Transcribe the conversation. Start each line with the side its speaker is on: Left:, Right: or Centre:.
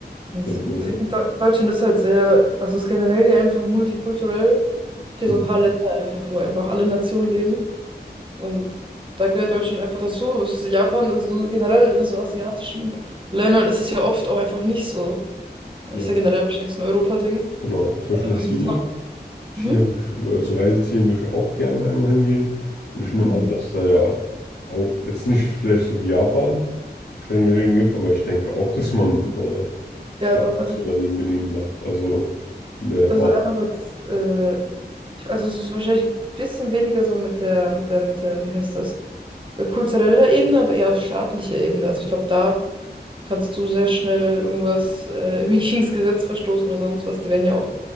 Right: es,
Left: Da, wird
Right: es-
Left: man
Right: Deu-
Left: ja
Right: Deutschland ist halt sehr, also es ist generell ja einfach multikulturell. Es gibt ja
Left: Hm.
Right: so ein paar Länder einfach, wo einfach alle Nationen leben. Und da gehört Deutschland einfach dazu. Es ist Japan, also so generell in so asiatischen Ländern ist es ja oft auch einfach nicht so. ist
Left: Ja,
Right: ja generell wahrscheinlich so ein Europa-Ding.
Left: genau. Zum Beispiel
Right: Also,
Left: nach China.
Right: wir sind auch-
Left: China
Right: mhm.
Left: will ich, äh, zur Reise ziehen, will ich auch gerne einmal hingehen. Und ich nehme
Right: Mhm.
Left: an, dass da ja auch jetzt nicht vielleicht so wie Japan strenge Regeln gibt, aber ich denke auch, dass man äh, sich
Right: ja,
Left: da
Right: doch,
Left: nicht
Right: also.
Left: so daneben benehmen darf. Also in der Form.
Right: Also einerseits, äh, ich, also es ist wahrscheinlich ein bisschen weniger so mit der, mit der, mit der, wie heißt das, äh, kultureller Ebene, aber eher auf staatlicher Ebene. Also ich glaube, da kannst du sehr schnell irgendwas äh, irgendwie <laughs> gegen das Gesetz verstoßen oder sonst was. Die werden ja auch,